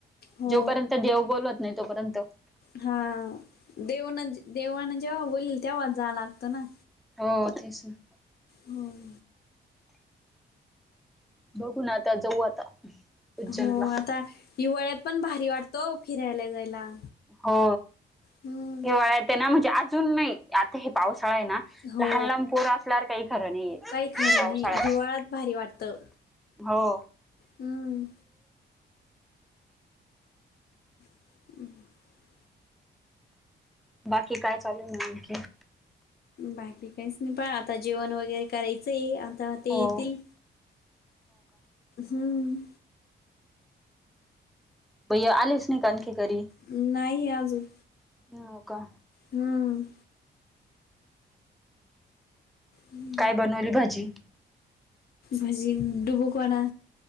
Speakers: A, on the left; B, in the centre.
A: हो
B: जोपर्यंत देव बोलवत नाही तोपर्यंत
A: हा देवना देवान जेव्हा होईल तेव्हा जा लागतं ना.
B: हो तेच ना.
A: होय.
B: बघू ना आता जाऊ आता. उज्जैनला.
A: हो आता हिवाळ्यात पण भारी वाटतो फिरायला जायला.
B: हो
A: हम्म.
B: हिवाळ्यात ये ना म्हणजे आजून नाही. आता हे पावसाळा आहे ना
A: हो
B: लहान लहान पोरं असल्यावर काही खरं नाहीये.
A: काही खरं
B: पावसाळ्यात
A: नाही हिवाळ्यात भारी वाटतं
B: हो
A: हम्म. <unintelligible>
B: बाकी काय चालू आहे म्हणून की.
A: बाकी काहीच नाही पा आता जेवण वगैरे कराय चे आता ते
B: हो
A: येतील हम्म.
B: बाई आलेच नाही का आणखी घरी?
A: नाही अजून
B: हो का.
A: हम्म. हम्म.
B: काय बनवली भाजी?
A: भजी डुबुक वणा.